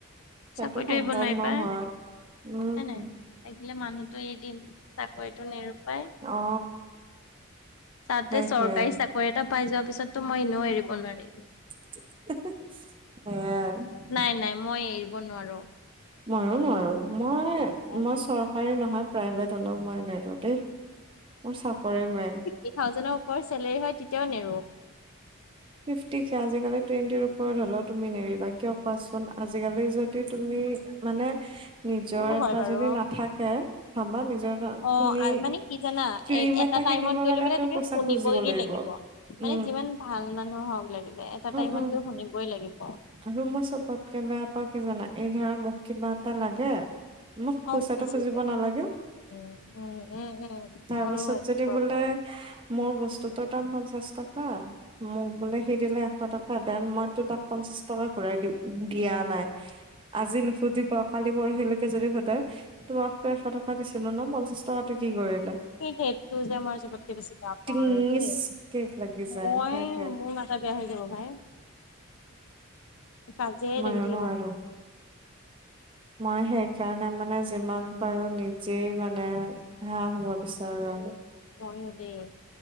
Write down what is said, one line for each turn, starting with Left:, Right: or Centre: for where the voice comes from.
Right: সেইটো
Left: চাকৰিটো
Right: সম্ভৱ
Left: এৰিব নোৱাৰি
Right: নহয়
Left: পাই,
Right: উম
Left: হয় নাই? লাগিলে মানুহটো এৰি দিম। চাকৰিটো নেৰোপায়।
Right: অ
Left: তাতে
Right: সেইটোৱে
Left: চৰকাৰি চাক কৰি এটা পাই যোৱা পিছততো মই এনেও এৰিব নোৱাৰি।
Right: <unintelligible>
Left: নাই নাই মই এৰিব নোৱাৰো।
Right: মইয়ো নোৱাৰো। মই
Left: অ
Right: মই চৰকাৰী নহয় প্ৰাইভেট হ'লও মই নেৰো। <unintelligible> মোৰ চাকৰি মেইন।
Left: <unintelligible> থাউজেন ওপৰ চেলেৰি হয়, তেতিয়াও নেৰো। <inaudible>
Right: ফিফটি কে আজিকালি টুৱেণ্টিৰ ওপৰত হ'লও তুমি নেৰিবা, কিয় কোৱাচোন? আজিকালি যদি তুমি মানে নিজৰ
Left: টো
Right: এটা
Left: হয় বাৰু
Right: যদি নাথাকে। ভাবা নিজৰ এটা
Left: অ
Right: তুমি
Left: আৰ মানে কি জানা?
Right: ক্ৰীম
Left: এ এটা টাইমত
Right: কিনিবৰ
Left: গৈ
Right: কাৰণেও
Left: লৈ পেলাই তুমি
Right: পইচা
Left: শুনিবই
Right: খুজিব
Left: গে লাগিব।
Right: উম।
Left: মানে যিমান ভাল মানুহ হওঁক লাগিলে এটা
Right: উম
Left: টাইমতটো
Right: উম
Left: শুনিবই লাগিব।
Right: আৰু মই চবতকে বেয়া পাওঁ কি জানা? এই ধৰা মোক কিবা এটা লাগে। মোক পইচাটো
Left: অ খুজি
Right: খুজিব
Left: পেলাই
Right: নালাগে।
Left: উম উম উম উম
Right: তাৰ
Left: মোৰো
Right: পাছত
Left: এইটো
Right: যদি
Left: প্ৰব্লেম
Right: বোলে
Left: আছে
Right: মোৰ বস্তুতোৰ দাম পঞ্চাশ টকা। মোক বোলে সি দিলে এশ টকা, দেন মইতো তাক পঞ্চাশ টকা ঘূৰাই দি দিয়া নাই।
Left: <inaudible>
Right: আজি নুসুধিব। কালি পৰহিলৈকে যদি সোধে, তোমাকতো এশ টকা দিছিলো ন, পঞ্চাশ টকাটো কি কৰিল?
Left: এ সেইটো যে মই চবতকে বেছি বেয়া পাওঁ
Right: টিঙিচকেক
Left: আৰু দেই।
Right: লাগি যায়
Left: মই
Right: সেইটোৱে
Left: সেই মোৰ মাঠা বেয়া হৈ যাব ভাই। কাজিয়াই
Right: মইও
Left: লাগি থাকিব
Right: নোৱাৰো
Left: মোৰ লগত।
Right: মই সেই কাৰণে মানে- যিমান পাৰো নিজেই মানে সেয়া হ'ব বিচাৰো আৰু।
Left: ময়ো দে।